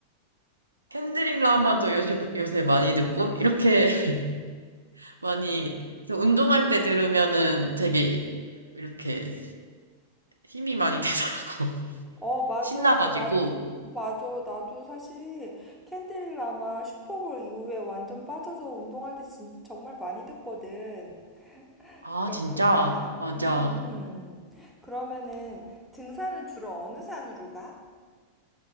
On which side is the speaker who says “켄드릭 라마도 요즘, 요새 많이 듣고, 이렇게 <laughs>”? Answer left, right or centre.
Right